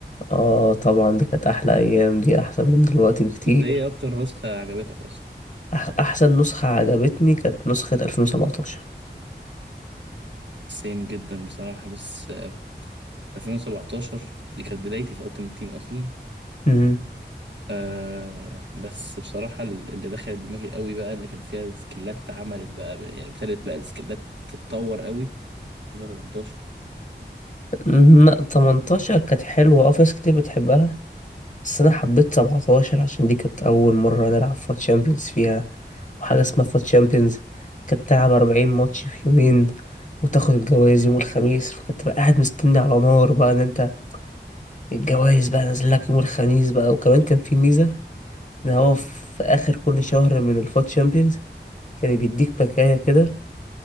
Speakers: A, on the left; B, on the right.
A: اه طبعا دي كانت احلى ايام دي احسن من دلوقتي بكتير
B: أنت إيه أكتر نسخة عجبتك أصلا؟
A: أح احسن نسخة عجبتني كانت نسخة 2017
B: سيم جدا بصراحة بس آه، 2017 دي كانت بدايتي في التيم تيم أصلا
A: امم
B: آه بس بصراحة ال- اللي دخلت دماغي قوي بقى اللي كان فيها سكيلات اتعملت بقى يعني ابتدت بقى السكيلات تتطور قوي فيفا 18
A: لا 18 كانت حلوة اه في ناس كتير بتحبها بس انا حبيت 17 عشان دي كانت اول مره نلعب فات شامبيونز فيها وحاجه اسمها فات شامبيونز كانت بتلعب 40 ماتش في يومين وتاخد الجوائز يوم الخميس فكنت بقى قاعد مستني على نار بقى ان انت الجوائز بقى نازل لك يوم الخميس بقى وكمان كان في ميزه ان هو في اخر كل شهر من الفات شامبيونز كان بيديك باكايه كده